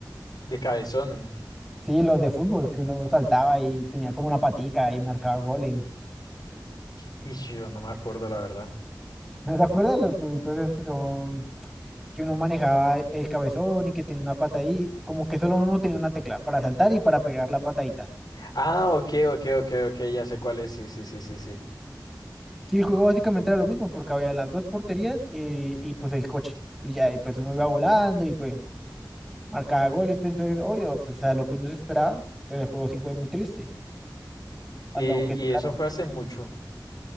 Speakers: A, on the left (about 70°); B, in the centre.
A: De cabezones.
B: Sí, los de fútbol, que uno saltaba y tenía como una patica y marcaba goles.
A: Y sí, yo no me acuerdo la verdad.
B: <laughs> ¿No se acuerdan los jueguitos esos que son, que uno manejaba el cabezón y que tenía una pata ahí? Como que solo uno tenía una tecla para saltar y para pegar la patadita.
A: Ah, ok, ok, ok, ok, ya sé cuál es, sí, sí, sí, sí, sí.
B: Sí, el juego básicamente era lo mismo, porque había las dos porterías y, y, pues el coche. Y ya, y pues uno iba volando y pues marcaba goles. pero Entonces, obvio, pues a lo que uno se esperaba, pues el juego sí fue muy triste.
A: Y,
B: A lo que,
A: y
B: claro,
A: eso fue hace mucho.